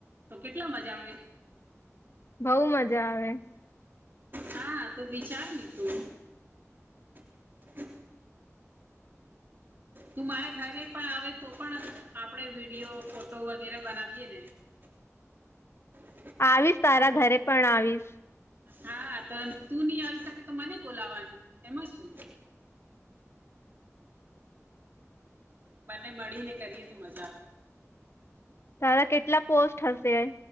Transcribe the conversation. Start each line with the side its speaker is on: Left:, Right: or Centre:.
Right: તો કેટલો મજા જાવ
Left: બઉુ મજા મજા આવે
Right: હા તો વિચાર ન તું <inaudible> તું મારે ઘરે પણ આવે તો પણ આપડે વિડીિયો ફોટો વગેરે બનાવીયે ને
Left: આવીશ તારા ઘરે પણ આવીશ
Right: હા તો તું નઈ આવી શકે તો મને બોલાવાનું એમાં શું બને મળી ને કરીએ તો મજા આવે
Left: તારા કેટલા પોસ્ટ હશે